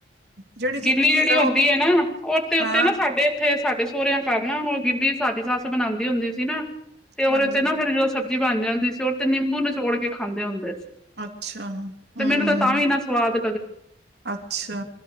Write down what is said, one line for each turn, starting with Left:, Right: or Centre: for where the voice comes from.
Right: ਜਿਹੜੀ ਜੀ
Centre: ਗਿੱਲੀ
Right: ਕਿ
Centre: ਜਿਹੜੀ
Right: ਉਹ
Centre: ਹੁੰਦੀ ਹੈ ਨਾ ਉਹਤੇ ਉੱਤੇ
Right: ਹਾਂ
Centre: ਨਾ ਸਾਡੇ ਉੱਥੇ ਸਾਡੇ ਸੋਹਰਿਆਂ ਘਰ ਨਾ ਉਹ ਗਿੱਲੀ ਸਾਡੀ ਸੱਸ ਬਨਾਉਂਦੀ ਹੁੰਦੀ ਸੀ ਨਾ ਤੇ ਉਹਦੇ
Right: ਹਾਂਜੀ
Centre: ਉੱਤੇ ਨਾ ਫਿਰ ਜਦੋਂ ਸ ਸਬਜ਼ੀ ਬਣ ਜਾਂਦੀ ਸੀ ਉੱਤੇ ਨਿੰਬੂ ਨਚੋੜ ਕੇ ਖਾਂਦੇ ਹੁੰਦੇ ਸੀ।
Right: ਅੱਛਾ ਹੂ
Centre: ਤੇ ਮੈਨੂੰ ਤਾਂ ਤਾਂ ਵੀ ਨਾ ਸਵਾਦ
Right: ਅੱਛਾ।